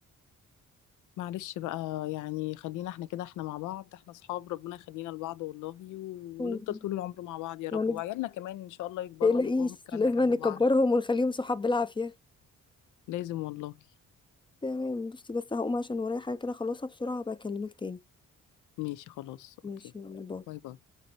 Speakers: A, on the left (about 80°); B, on the left (about 15°).
A: معلش بقى يعني خلينا احنا كده احنا مع بعض احنا اصحاب ربنا يخلينا لبعض والله ونفضل
B: مم.
A: طول العمر مع بعض يا
B: وانا
A: رب وعيالنا كمان ان شاء الله يكبروا
B: تقلقيش
A: ويبقوا هم كمان
B: لازم
A: بيحبوا
B: نكبرهم
A: بعض
B: ونخليهم صحاب بالعافيه
A: لازم والله
B: تمام بصي بس هقوم عشان ورايا حاجه كده خلصها بسرعه بكلمك تاني
A: ماشي خلاص اوكي
B: ماشي يلا باي
A: باي باي